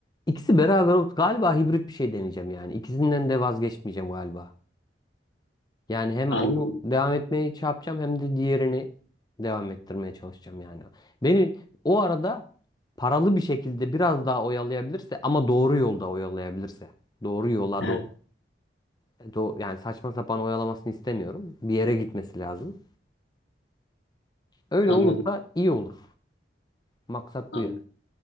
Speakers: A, on the left; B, on the left.
A: İkisi beraber ol- galiba hibrit bir şey deneyeceğim yani. İkisinden de vazgeçmeyeceğim galiba. Yani hem
B: Anladım.
A: onu devam etmeye şey yapacağım hem de diğerini devam ettirmeye çalışacağım yani. Beni o arada paralı bir şekilde biraz daha oyalayabilirse ama doğru yolda oyalayabilirse. Doğru yola
B: He,
A: doğru. e, Do yani saçma sapan oyalamasını istemiyorum. Bir yere gitmesi lazım. Öyle
B: anladım.
A: olursa iyi olur. Maksat
B: Anladım.
A: bu ya.